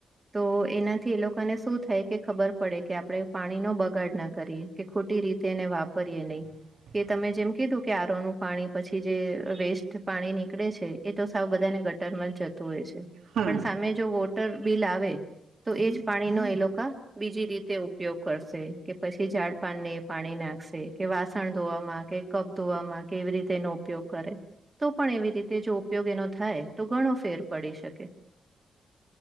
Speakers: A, on the right (about 20°); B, on the right (about 80°).
A: તો એનાથી, એ લોકોને શું થાય. કે ખબર પડે કે આપણે પાણીનો બગાડ ના કરીએ કે ખોટી રીતે એને વાપરીએ નહી
B: <unintelligible> <inaudible>
A: કે તમે જેમ કીધું કે આરોનું પાણી પછી જે વેસ્ટ પાણી નીકળે છે, એ તો સાવ બધાને ગટર જતું હોય છે,
B: હા
A: પણ સામે જો વોટર બિલ આવે તો એજ પાણીનો એ લોકો બીજી, રીતે ઉપયોગ કરશે કે પછી ઝાડ પાન ને પાણીના કે વાસણ ધોવામાં કે કપ ધોવામાં કેવી રીતે એનો ઉપયોગ કરે. તો પણ એવી રીતે જો ઉપયોગીનો થાય તો ઘણો ફેર પડી શકે.